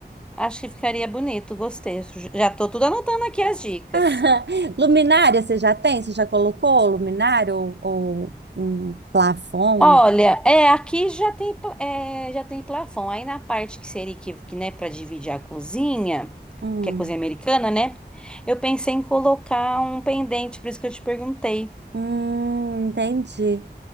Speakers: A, in the centre; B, on the right.
A: acho que ficaria bonito. Gostei. Já tô tudo anotando aqui as dicas.
B: <laughs> Luminária, você já tem? Você já colocou luminária ou, ou um plafon?
A: Olha, é, aqui já tem pla- é, já tem plafon. Aí na parte que seria que, que né, para dividir a cozinha,
B: Hum.
A: que é cozinha americana, né? Eu pensei em colocar um pendente, por isso que eu te perguntei.
B: Hum, entendi.